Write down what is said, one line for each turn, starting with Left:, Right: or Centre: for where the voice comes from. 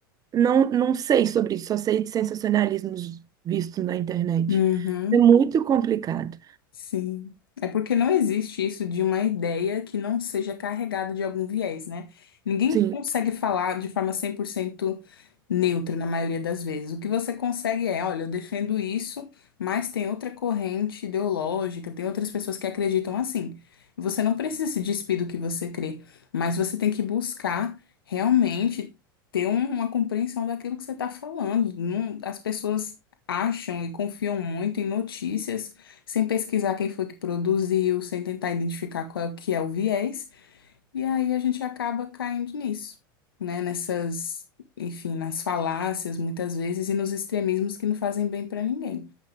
Right: não, não sei sobre isso, só sei de sensacionalismos vistos na internet.
Left: Uhum,
Right: É muito complicado.
Left: sim. É porque não existe isso de uma ideia que não seja carregada de algum viés, né? Ninguém
Right: Sim,
Left: consegue falar de forma 100% neutra na maioria das vezes. O que você consegue é, olha, eu defendo isso, mas tem outra corrente ideológica, tem outras pessoas que acreditam assim. Você não precisa se despir do que você crê, mas você tem que buscar realmente ter um- uma compreensão daquilo que você está falando. Não- as pessoas acham e confiam muito em notícias sem pesquisar quem foi que produziu, sem tentar identificar qual é o que é o viés. E aí a gente acaba caindo nisso, né? Nessas, enfim, nas falácias muitas vezes e nos extremismos que não fazem bem para ninguém.